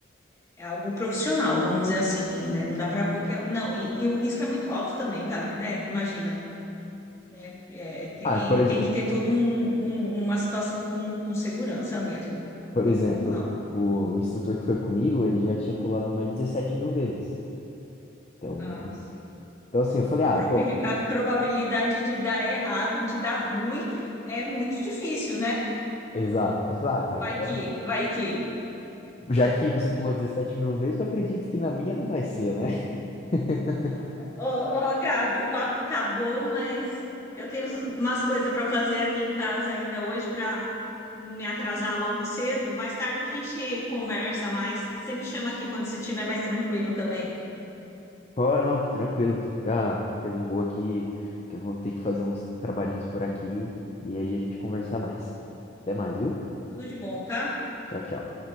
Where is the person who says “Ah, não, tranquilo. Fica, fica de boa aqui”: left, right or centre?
Left